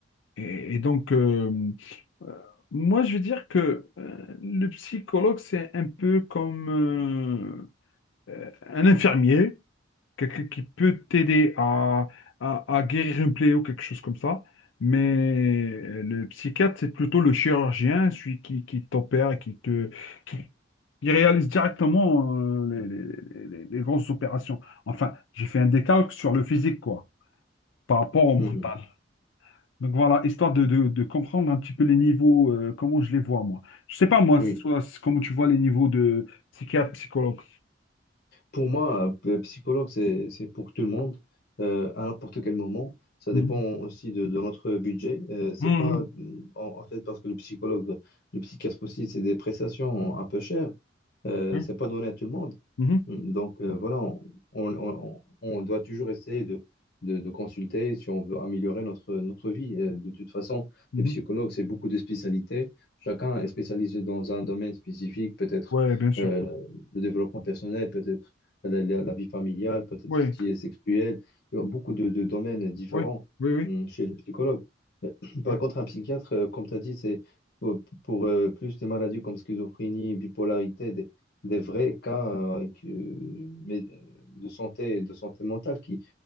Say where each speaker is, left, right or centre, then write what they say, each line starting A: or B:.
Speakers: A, on the left; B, on the left.
A: Et, et donc, euh, euh, moi, je veux dire que euh, le psychologue, c'est un peu comme euh, euh, un infirmier, quelqu'un qui peut t'aider à, à, à guérir une plaie ou quelque chose comme ça. Mais euh, le psychiatre, c'est plutôt le chirurgien, celui qui, qui t'opère, qui te, qui, qui réalise directement euh, les, les les- les grosses opérations. Enfin, j'ai fait un décalque sur le physique, quoi, par rapport au mental.
B: Mhm.
A: Donc voilà, histoire de, de- de comprendre un petit peu les niveaux, euh, comment je les vois moi. Je sais pas moi,
B: Oui.
A: soit, c- comment tu vois les niveaux de psychiatre, psychologue.
B: Pour moi, euh, psychologue, c'est, c'est pour tout le monde, euh, à n'importe quel moment. Ça
A: Mhm.
B: dépend aussi de, de notre budget. Euh, c'est
A: Mhm.
B: pas, en, en fait, parce que le psychologue, le psychiatre aussi, c'est des prestations un peu chères. Euh,
A: Mhm.
B: c'est pas donné à tout le monde.
A: Mhm.
B: Hum, Donc euh, voilà, on, on- on- on doit toujours essayer de, de, de consulter si on veut améliorer notre, notre vie. Euh, de toute façon,
A: Mhm.
B: les psychologues, c'est beaucoup de spécialités. Chacun est spécialisé dans un domaine spécifique, peut-être
A: Ouais, bien sûr.
B: euh, le, le développement personnel, peut-être la, la- la vie familiale, peut-être
A: Oui,
B: ce qui est sexuel. Il y a beaucoup de, de domaines différents
A: oui, oui, oui.
B: hum, chez les psychologues. Euh, <clears throat> Par
A: Ouais.
B: contre, un psychiatre, euh, comme tu as dit, c'est pour, pour, euh, plus des maladies comme schizophrénie, bipolarité, des vrais cas euh, que- mais, euh, de santé, de santé mentale qui,